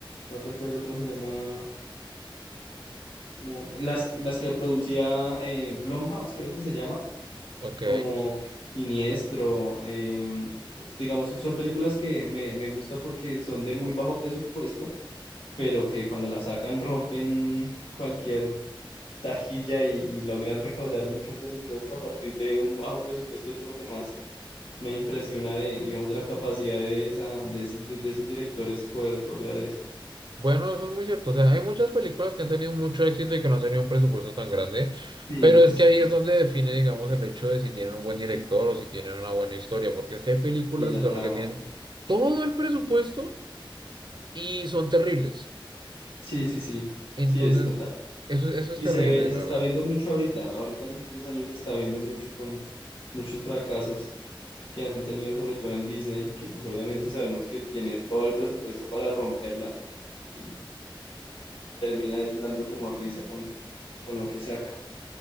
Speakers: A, on the left (about 80°); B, on the right (about 60°).
A: no recuerdo cómo se llama, como- las, las que producía eh, Blumhouse, creo que se llama
B: Ok.
A: como Siniestro, em, digamos, son son películas que me, me gusta porque son de muy bajo presupuesto, pero que cuando las sacan rompen cualquier tajilla y, y logran recaudar mucho presupuesto a partir de un bajo presupuesto. Eso es lo que más me impresiona de, digamos, de la capacidad de, esa, de, esos, de, de esos directores poder lograr eso.
B: Bueno, eso es muy cierto. O sea, hay muchas películas que han tenido mucho éxito y que no han tenido un presupuesto tan grande,
A: Sí,
B: pero es
A: sí,
B: que ahí
A: sí,
B: es donde define, digamos, el hecho de si tienen un buen director o si tienen una buena historia, porque es que hay películas
A: y la
B: de terror
A: trama.
B: que tienen todo el presupuesto y son terribles.
A: Sí, sí, sí,
B: Entonces,
A: sí, es total.
B: eso, eso es
A: Y
B: terrible,
A: se ve,
B: la
A: se está
B: verdad.
A: viendo mucho ahorita, ahorita en los últimos años se está viendo mucho con muchos fracasos que han tenido, sobre todo en Disney, que pues obviamente sabemos que tiene todo el presupuesto para romperla y termina es dando como risa con, con lo que saca.